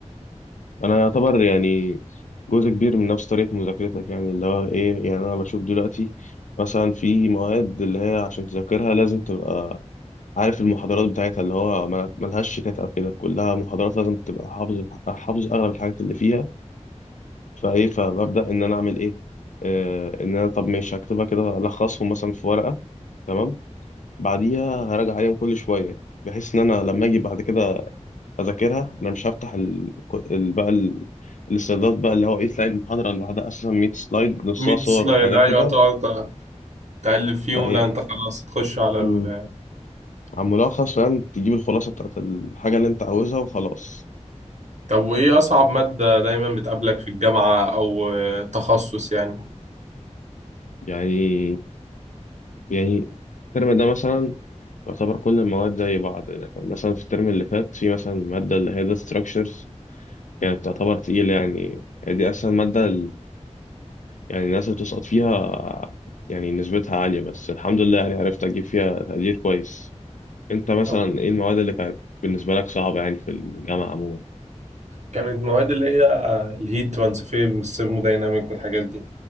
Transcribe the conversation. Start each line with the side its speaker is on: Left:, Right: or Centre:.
Left: انا يعتبر يعني جزء كبير من نفس طريقه مذاكرتك يعني اللي هو ايه يعني انا بشوف دلوقتي مثلا في مواد اللي هي عشان تذاكرها لازم تبقى عارف المحاضرات بتاعتها اللي هو ما- ملهاش شيتات او كده كلها محاضرات لازم تبقى حافظ حافظ اغلب الحاجات اللي فيها فايه فببدا ان انا اعمل ايه آه ان انا طب ماشي هكتبها كده الخصهم مثلا في ورقه تمام بعديها هراجع عليهم كل شويه بحيث ان انا لما اجي بعد كده اذاكرها انا مش هفتح ال... ال... بقى ال... السلايدات بقى اللي هو ايه سلايد المحاضره اللي بعدها اساسا 100 سلايد نصها
Right: 100
Left: صور
Right: سلايد
Left: وحاجات
Right: ايوه
Left: كده
Right: تقعد تقلب فيهم
Left: فايه
Right: لا انت خلاص تخش على
Left: مم.
Right: ال...
Left: على الملخص فاهم تجيب الخلاصه بتاعت الحاجه اللي انت عاوزها وخلاص
Right: طب وايه اصعب مادة دايما بتقابلك في الجامعة او آه، تخصص يعني
Left: يعني يعني الترم ده مثلا يعتبر كل المواد زي بعض يعني مثلا في الترم اللي فات في مثلا ماده اللي هي داتا ستراكشرز كانت تعتبر تقيله يعني هي دي اسهل ماده يعني الناس اللي بتسقط فيها يعني نسبتها عالية بس الحمد لله يعني عرفت أجيب فيها تقدير كويس أنت مثلا
Right: طب
Left: إيه المواد اللي كانت بالنسبة لك صعبة يعني في الجامعة عموما
Right: كانت مواد اللي هي الهيت ترانسفير والثيرمودايناميك والحاجات دي